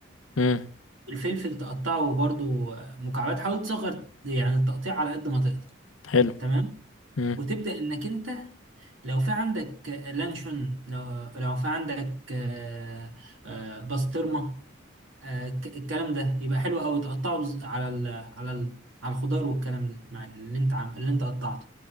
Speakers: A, on the left; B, on the right.
A: امم
B: والفلفل تقطعه برضو مكعبات حاول تصغر يعني التقطيع على قد ما تقدر
A: حلو
B: تمام
A: امم
B: وتبدا انك انت لو في عندك لانشون لو لو في عندك آه، آه، بسطرمه آه، ك- الكلام ده يبقى حلو قوي تقطعه بز- على ال- على ال- على الخضار والكلام ده مع اللي انت عم اللي انت قطعته